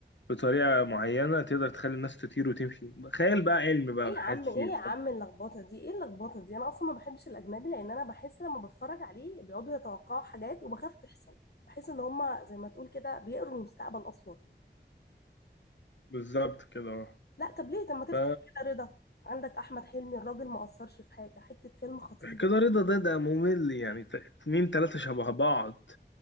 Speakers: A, on the left; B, on the left.
A: بطريقة معينة تقدر تخلي الناس تطير وتمشي خيال بقى علم بقى
B: ايه يا
A: حاجات
B: عم
A: كتير
B: ايه يا عم
A: طب
B: اللخبطه دي ايه اللخبطه دي انا اصلا ما بحبش الاجنبي لان انا بحس لما بتفرج عليه بيقعدوا يتوقعوا حاجات وبخاف تحصل بحس ان هما زي ما تقول كده بيقروا المستقبل اصلا
A: بالظبط كده اه
B: لا طب ليه طب ما تفتح
A: ف
B: كده رضا عندك احمد حلمي الراجل ما قصرش في حاجه حته فيلم خطير
A: كده رضا ده ده ممل يعني ت- اتنين تلاتة شبه بعض